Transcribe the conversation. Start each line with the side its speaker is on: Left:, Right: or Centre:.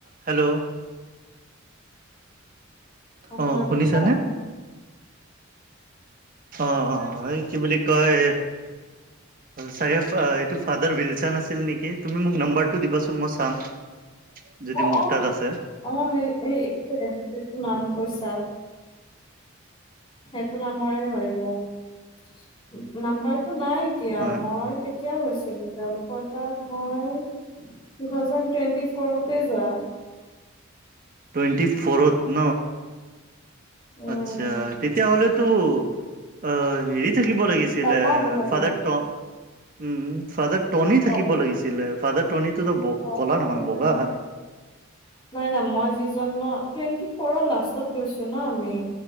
Right: হেল্ল'।
Left: শুনা
Right: অ', শুনিছেনে?
Left: পাইছা?
Right: অ'-অ' এই কি বুলি কয় চাগে এইটো ফাদাৰ উইলচন আছিল নেকি? তুমি মোক নাম্বাৰটো দিবাচোন মই চাম। যদি
Left: অ'
Right: মোৰ
Left: অ'-অ'
Right: তাত আছে
Left: ৱে এই এক চেকেণ্ড <unintelligible> নাম কৈছা। সেইটো নম্বৰে হয় দিয়া, নাম্বাৰ টো নাই এতিয়া
Right: অ
Left: মই কেতিয়া গৈছিলো, তেওঁলোকৰ তাত মই টু থাউজেণ্ড টুৱেণ্টি ফ'ৰতে যোৱা।
Right: টুৱেন্টি ফ'ৰত?,
Left: উম,
Right: আচ্ছা তেতিয়াহ'লে টো অ' হেৰি থাকিব লাগিছিলে
Left: পলাও মুঠতে।
Right: ফাদাৰ ট উম, ফাদাৰ টনী থাকিব
Left: অ
Right: লাগিছিলে, ফাদাৰ টনী তুটো ব
Left: অ
Right: ক'লা
Left: নেকি
Right: নহয়
Left: চাগে।
Right: বগা।
Left: নাই নাই মই যিজন ন টুৱেন্টি ফ'ৰৰ লাষ্টত গৈছো ন আমি।